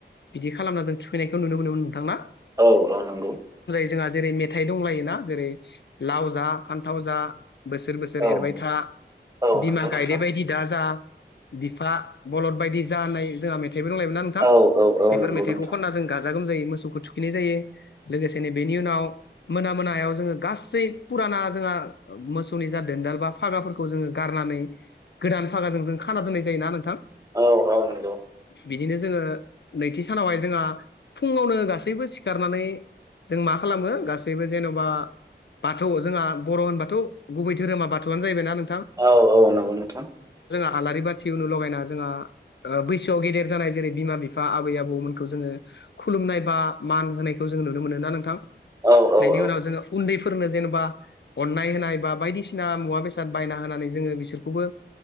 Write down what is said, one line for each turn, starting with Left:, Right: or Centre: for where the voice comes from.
Left: बिदि खालामना जों थुखैनायखौ नुनो मोनोमोन नोंथां ना?
Right: औ औ नंगौ।
Left: जोंहा जेरै मेथाइ दंलायोना जेरै लाव जा फान्थाव जा बोसोर बोसोर
Right: औ
Left: एरबाय था
Right: औ
Left: बिमा
Right: नंगौ नोंथां
Left: गायदे बायदि दा जा बिफा बलद बायदि जानाय जोंहा मेथाइबो दंलायोमोना नोंथां।
Right: औ औ औ
Left: बेफोर
Right: नंगौ
Left: मेथाइखौ
Right: नोंथां
Left: खनना जों गाजा गोमजायो मोसौखौ थुखिनाय जायो। लोगोसेनो बेनि उनाव मोना मोनायाव जोङो गासै फुराना जोङो ना मोसौनि जा दोनदाल बा फागाफोरखौ जोङो गारनानै गोदान भागाजों जों खाना दोननाय जायोना नोंथां।
Right: औ औ नंगौ।
Left: बिदिनो जोङो नैथि सानावहाय जोंहा फुङावनो गासैबो सिखारनानै जों मा खालामो गासैबो जेन'बा बाथौ जोंहा बर' होनबाथ' गुबै धोरोमा बाथौआनो जाहैबायना ना नों
Right: औ औ नंगौ नोथां।
Left: आलारि बाथि उनाव लगायना जोंहा ओ बैसोआव गेदेर जानाय जेरै बिमा बिफा आबै आबौमोन जोङो खुलुमनाय बा मान होनायखौ जों नुनो मोनो ना नोंथां?
Right: औ औ
Left: बेनि
Right: औ
Left: उनाव जोङो उन्दै फोरनो जेनेबा अननाय होनाय बा बायदिसिना मुवा बेसाद बायना होनानै जोङो बिसोरखौबो